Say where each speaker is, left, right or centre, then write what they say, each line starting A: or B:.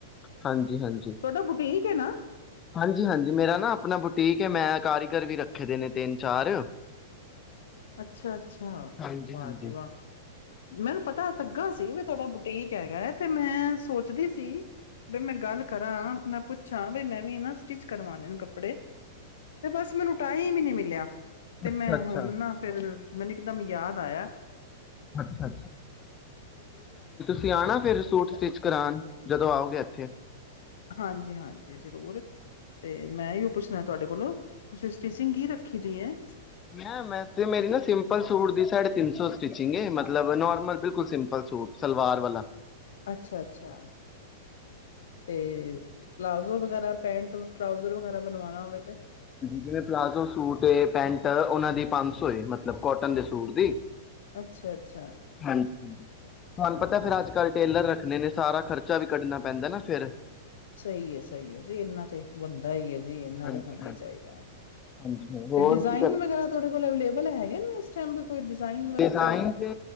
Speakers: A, on the left; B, on the left.
A: ਹਾਂਜੀ ਹਾਂਜੀ
B: ਤੁਹਾਡਾ ਬੁਟੀਕ ਹੈ ਨਾ
A: ਹਾਂਜੀ ਹਾਂਜੀ ਮੇਰਾ ਨਾ ਆਪਣਾ ਬੁਟੀਕ ਹੈ ਮੈਂ ਕਾਰੀਗਰ ਵੀ ਰੱਖ ਰੱਖੇ ਦੇ ਨੇ ਤਿੰਨ ਚਾਰ
B: ਅੱਛਾ ਅੱਛਾ
A: ਹਾਂਜੀ
B: ਵਾਹਜੀ
A: ਹਾਂਜੀ
B: ਵ ਮੈਨੂੰ ਪਤਾ ਲੱਗਾ ਸੀ ਥੋੜਾ ਬੁਟੀਕ ਹੈਗਾ ਤੇ ਮੈਂ ਸੋਚਦੀ ਸੀ ਬ ਮੈਂ ਗੱਲ ਕਰਾਂ ਮੈਂ ਪੁੱਛਾਂ ਬਈ ਮੈਂ ਵੀ ਨਾ ਸਟਿਚ ਕਰਵਾਦੇ ਨੂੰ ਕੱਪੜੇ ਤੇ ਬਸ ਮੈਨੂੰ ਟਾਈ ਵੀ ਨਹੀਂੀ ਮਿਲਿਆ ਤੇ
A: ਅੱਛਾ
B: ਮੈਂ
A: ਅੱਛਾ
B: ਹੁਣ ਨਾ ਮੈਨੂੰ ਇੱਕਦਮ ਯਾਦ ਆਇਆ
A: ਅੱਛਾ ਸਿਆਣਾ ਫੇਿਰ ਸੂਟ
B: ਇੱਕ
A: ਸਟਿਚ ਕਰਾਉਣ ਜਦੋਂ ਆਓਗੇ ਇੱਥੇ
B: ਹਾਂਜੀ ਹਾਂਜੀ ਜ਼ਰੂਰ ਤੇ ਮੈਂ ਓ ਪੁੱਛਣਾ ਤੁਹਾਡੇ ਕੋਲੋਂ ਤੁਸੀਂ ਸਟਿਚਿੰਗ ਕੀ ਰੱਖੀ ਦੀ ਹੈ
A: ਮ ਵੈਸੇ ਮੇਰੀ ਨਾ ਸਿੰਪਲ ਸੂਟ ਦੀ ਸਾੇ ਤਿੰਨ ਸੌ ਸਟਿਚਿੰਗ ਮਤਲਬ ਨੋਰਮਲ ਬਿਲਕੁਲ ਸਿੰਪਲ ਸੂਟ ਸਲਵਾਰ ਵਾਲਾ
B: ਅੱਛਾ ਅੱਛਾ ਤੇ ਪਲਾਜ਼ੋ ਵਗੈਰਾ ਪੈਂਟ ਟਰਾਊਜ਼ਰ ਵਗੈਰਾ ਬਣਵਾਣਾ ਹੋਵੇ ਤੇ
A: ਜਿਵੇਂ ਪਲਾਜ਼ੋ ਸੂਟ ਪੈਂਟ ਉਹਨਾਂ ਦੀ ਪੰਜ ਸੌ ਏ ਮਤਲਬ ਕੋਟਨ ਦੇ ਸੂਟ ਦੀ
B: ਅੱਛਾ ਅੱਛਾ
A: ਹਾਂਜੀ ਹਾਂਜੀ ਤੁਹਾਨੂੰ
B: ਹਮ
A: ਪਤਾ ਫੇਿਰ ਅੱਜ ਕੱਲ੍ਹ ਟੇਲਰ ਦੇਖਣੇ ਨੇ ਸਾਰਾ ਖਰਚਾ ਵੀ ਕੱਢਣਾ ਪੈਂਦਾ ਨਾ ਫੇਿਰ
B: ਸਹੀ ਹੈ ਸਹੀ ਹੈ ਜੇ ਇਹਨਾਂ ਤੇ ਦਾ ਹੀ ਹੈ ਜੀ ਇਹਨਾਂ
A: ਹਾਂਜੀ
B: ਦੇ ਹੋਣਾ ਹੀ
A: ਹਾਂਜੀ
B: ਚਾਹੀਦਾ
A: ਹਾਂਜੀ ਹੋਰ
B: ਤੇ ਡਿਜ਼ਾਇਨ
A: ਕੀ ਕਰ
B: ਵਗੈਰਾ ਤੁਹਾਡੇ ਕੋਲ ਅਵੇਲੇਬਲ ਹੈਗੇ ਨੇ <unintelligible> ਵਗੈਰਾ
A: ਡਿਜ਼ਾਇਨ
B: ਅੱਛਾ
A: ਤੇ